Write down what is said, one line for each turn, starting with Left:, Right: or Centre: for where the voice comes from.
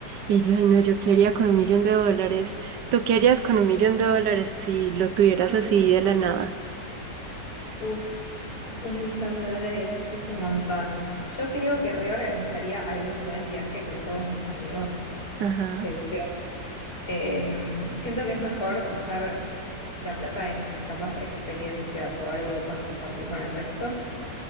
Right: Y yo, ay no, yo quería con un millón de dólares. ¿Tú qué harías con un millón de dólares si lo tuvieras
Left: Ay,
Right: así de la nada?
Left: Uf, un millón de dólares es un montón. Yo creo que reorganizaría algún buen viaje con todos mis amigos,
Right: Ajá.
Left: seguro. Em, siento que es mejor usar la plata en capaz experiencias o algo que puedas compartir con el resto.